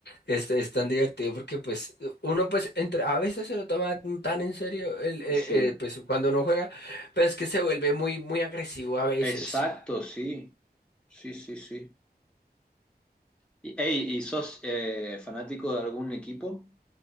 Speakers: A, on the left (about 85°); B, in the centre.
A: este es tan divertido porque pues uno pues entre a veces se lo toma tan en serio el, eh,
B: Sí,
A: eh, pues cuando no juega, pero es que se vuelve muy muy agresivo a veces.
B: exacto, sí, sí, sí, sí. Y, ey, ¿y sos eh, fanático de algún equipo?